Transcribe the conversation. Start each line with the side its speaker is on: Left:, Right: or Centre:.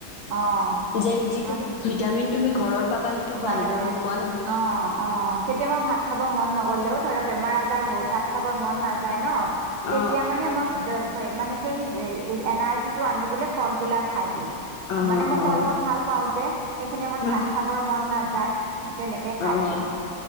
Right: অহ
Left: যে যিটো ভিটামিন তুমি ঘৰৰ পাবা সেইটো
Right: অহ হয়
Left: বাহিৰৰ
Right: দিয়া
Left: নোপোৱা নহয়
Right: অহ অহ কেতিয়াবা ভাত ভাত খাব মন নগলেও ধৰা বেমাৰ আজাৰ হ'ল ভাত খাব মন নাযায় ন তেতিয়া
Left: অ
Right: মানে মই মানে সেই এনাৰ্জি টো আনিব ফল বিলাক খাই দিওঁ
Left: অ
Right: মানে মই ফল মূল ভাল পাওঁ যে সেইখিনি মই
Left: অ
Right: ভাত খাবৰ মন নাযায় তেনেকে খাই
Left: অ
Right: দিওঁ
Left: অ